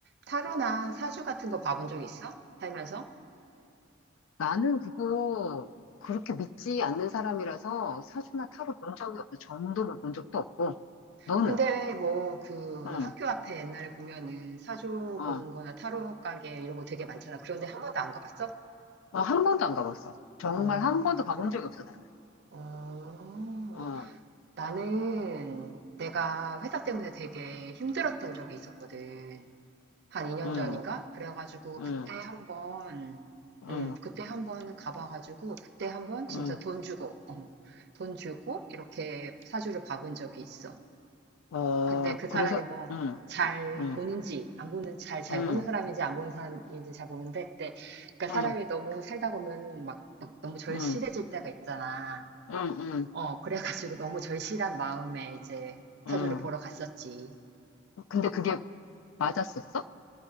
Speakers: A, on the right; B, on the left.
A: 타로나 사주 같은 거 봐본 적 있어? 살면서?
B: 나는 그거 그렇게 믿지 않는 사람이라서 사주나 타로 본 적이 없어 점도 본 적도 없고 너는?
A: 근데 뭐 그
B: 응,
A: 학교 앞에 옛날에 보면은 사주
B: 어,
A: 보는 거나 타로 가게 이런 거 되게 많잖아. 그런데 한 번도 안 가봤어?
B: 어, 한 번도 안 가봤어. 정말
A: 어,
B: 한 번도 가본 적이 없어 나는.
A: 어,
B: 어,
A: 나는 내가 회사 때문에 되게 힘들었던 적이 있었거든. 한 2년
B: 응,
A: 전인가? 그래가지고
B: 응,
A: 그때 한 번,
B: 응,
A: 음, 그때 한번 가봐가지고 그때 한번 진짜
B: 응,
A: 돈 주고, 어, 돈 주고 이렇게 사주를 봐본 적이 있어.
B: 어,
A: 근데 그
B: 그래서
A: 사람이 뭐
B: 응,
A: 잘
B: 응,
A: 보는지 안 보는 잘 잘
B: 응,
A: 보는 사람인지 안 보는 사람인지 잘 보는데 근데 그러니까
B: 응,
A: 사람이 너무 살다 보면 막, 막 너무 절실해질
B: 응,
A: 때가 있잖아.
B: 응, 응,
A: 어 그래가지고 너무 절실한 마음에 이제 사주를
B: 응.
A: 보러 갔었지.
B: 근데 그게 맞았었어?